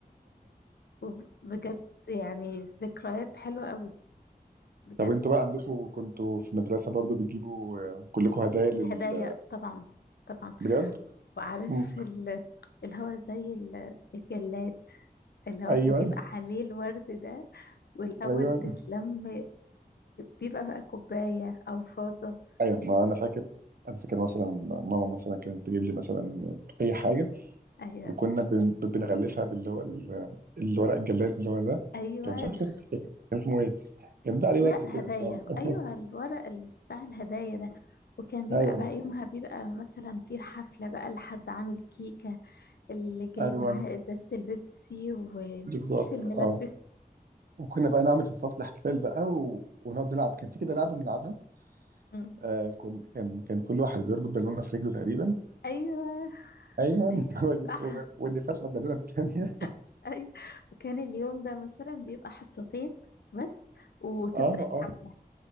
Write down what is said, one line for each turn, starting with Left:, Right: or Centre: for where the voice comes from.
Left: وبجد يعني ذكريات حلوه قوي بجد
Right: طب انتوا بقى عندكم كنتوا في المدرسه برضه بتجيبوا آه، كلكم هدايا لل
Left: الهدايا طبعا طبعا
Right: بجد
Left: وعارف
Right: مم.
Left: ال... اللي هو زي ال- الجلاد اللي هو
Right: ايوه
Left: كان بيبقى ايوه عليه الورد ده والأول
Right: ايوه
Left: تتلم بيبقى بقى كوباية أو فاضة
Right: ايوه ما انا فاكر انا فاكر مثلا ماما مثلا كانت تجيب لي مثلا اي حاجه
Left: أيوة
Right: وكنا بن- بنغلفها باللي هو ال- الورق الجلاد اللي هو ده
Left: أيوة
Right: كان مش عارف
Left: ال-
Right: كان كان اسمه ايه كان بيبقى عليه
Left: ورق
Right: ورد كده
Left: هدايا
Right: يعني. <laughs>
Left: أيوة الورق ال- بتاع الهدايا ده وكان بيبقى
Right: ايوه
Left: بقى يومها بيبقى مثلا في الحفلة بقى لحد عامل كيكة اللي جايب
Right: ايوه
Left: معاه إزازة البيبسي وكيس
Right: بالظبط
Left: الملبس
Right: اه وكنا بقى نعمل في الفصل احتفال بقى و... ونقعد نلعب كان في كده لعبه بنلعبها
Left: أمم.
Right: آه كن... كان كان كل واحد بيربط بالونه في رجله تقريبا
Left: أيوة
Right: ايوه
Left: أيوة
Right: <laughs> وال...
Left: صح
Right: واللي فرقه بالونه الثانيه
Left: <laughs> أي وكان اليوم ده مثلا بيبقى حصتين بس وتبدأ
Right: <laughs> اه
Left: الحفلة
Right: اه